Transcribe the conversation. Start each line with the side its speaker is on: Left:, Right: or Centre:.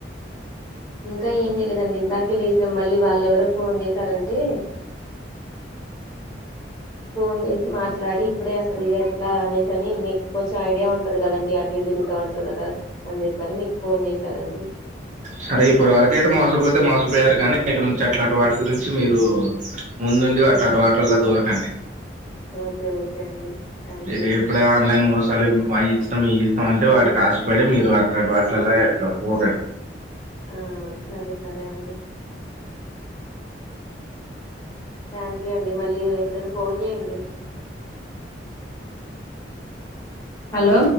Left: ఇంకా ఏం చేయలేదండి. ఇందాకే లేష్ణం. మళ్ళీ వాళ్ళెవరో ఫోన్ చేశారంటే. ఫోన్ చేసి మాట్లాడి, ఇప్పుడే అసలు ఎట్లా అనేసి. కానీ మీకు కొంచెం ఐడియా ఉంటది కదా అండి. అటు ఇటు తిరుగుతూ ఉంటారు కదా. అంజప్పని మీకు ఫోన్ చేశాను అండి.
Right: సరే ఇప్పటివరకు అయితే మోసపోతే మోసపోయారు గాని ఇకనుంచి అట్లాంటి వాటి గురించి మీరు ముందుండి అట్లాంటి వాట్లల్లో దూరకండి.
Left: ఓకే ఓకే అండి థ్యాంక్
Right: ఇది
Left: యూ
Right: ఇప్పుడే ఆన్లైన్ మోసాలు ఇవి ఐ సమీసం ఉంటే వాటికి ఆశపడి మీరు అట్లా వాటిల్ల అట్రా పోకండి.
Left: ఆ సరే సరే అండి. థాంక్యూ అండి మళ్లీ ఎప్పుడైనా ఫోన్ చేయండి. హలో.